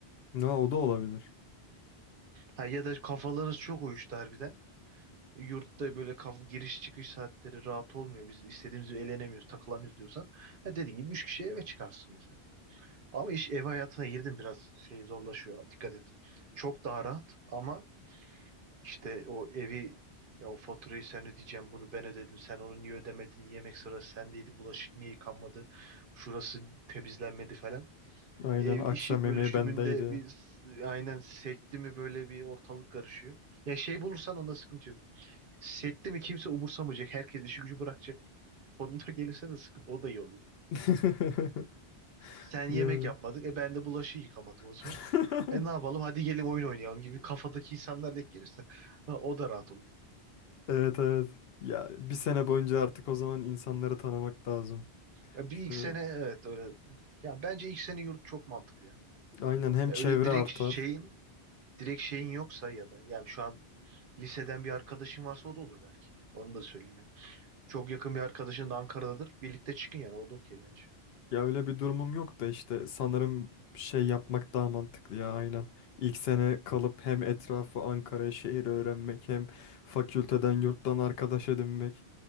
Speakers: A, on the left (about 70°); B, on the right (about 60°).
A: Ya o da olabilir.
B: Ha, ya da kafalarınız çok uyuştu harbiden. yurtta böyle kaf- giriş çıkış saatleri rahat olmuyor. Biz istediğimiz gibi eğlenemiyoruz, takılamıyoruz diyorsan. Ha dediğin gibi üç kişi eve çıkarsın mesela. Ama iş ev hayatına girdim biraz şey zorlaşıyor. Dikkat et. Çok daha rahat ama işte o evi ya o faturayı sen ödeyeceğim bunu ben ödedim sen onu niye ödemedin yemek sırası sendeydi bulaşık niye yıkanmadı şurası temizlenmedi falan
A: Aynen
B: ev
A: akşam
B: işi bölüşümünde
A: yemeği bendeydi.
B: bir s- aynen sekti mi böyle bir ortalık karışıyor ya şey bulursan onda sıkıntı yok Sekte mi kimse umursamayacak. Herkes işi gücü bırakacak. Sonunda <laughs> gelirse de sıkıntı. O da iyi oluyor.
A: <laughs>
B: Sen
A: Yani.
B: yemek yapmadın. E ben de bulaşığı yıkamadım o zaman.
A: <laughs>
B: E ne yapalım? Hadi gelin oyun oynayalım gibi kafadaki insanlar denk gelirse. Ha, o da rahat oluyor.
A: Evet evet. Ya bir sene boyunca artık o zaman insanları tanımak lazım.
B: Ya bir
A: Şöyle
B: ilk sene evet öyle. Ya bence ilk sene yurt çok mantıklı ya.
A: aynen hem
B: Ya
A: çevre
B: öyle direkt
A: artar
B: şeyin direkt şeyin yoksa ya da yani şu an liseden bir arkadaşın varsa o da olur belki. Onu da söyleyeyim yani. Çok yakın bir arkadaşın da Ankara'dadır. Birlikte çıkın yani. O da okey bence.
A: Ya öyle bir durumum yok da işte sanırım şey
B: Hı.
A: yapmak daha mantıklı ya aynen. İlk sene kalıp hem etrafı Ankara'ya şehir öğrenmek hem fakülteden yurttan arkadaş edinmek.